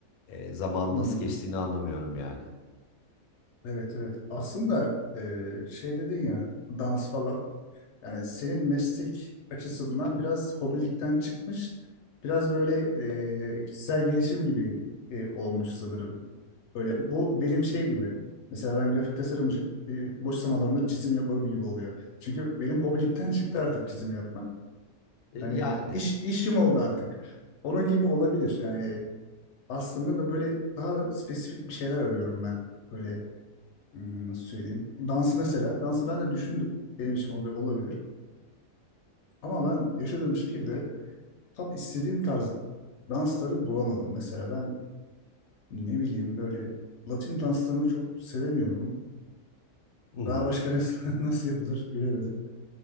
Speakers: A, on the left; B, on the left.
A: Ee, zaman
B: Hmm,
A: nasıl geçtiğini anlamıyorum yani.
B: evet evet. Aslında e, şey dedin ya dans falan. Yani senin meslek açısından biraz hobilikten çıkmış. Biraz böyle e, kişisel gelişim gibi e, olmuş sanırım. Öyle bu benim şey gibi. Mesela ben grafik tasarımcıyım. E, boş zamanlarımda çizim yaparım gibi oluyor. Çünkü benim hobilikten çıktı artık çizim yapmak.
A: Ee, yani
B: Hani iş işim oldu artık. Onun gibi olabilir. Yani aslında da böyle daha spesifik bir şeyler arıyorum ben. Böyle hmm, nasıl söyleyeyim? Dansı mesela. Dansı ben de düşündüm. Benim için hobi olabilir. Ama ben yaşadığım şehirde tam istediğim tarz dansları bulamadım. Mesela ben ne bileyim böyle Latin danslarını çok sevemiyorum.
A: hı hı.
B: Daha başka ne- <laughs> nasıl yapılır bilemedim.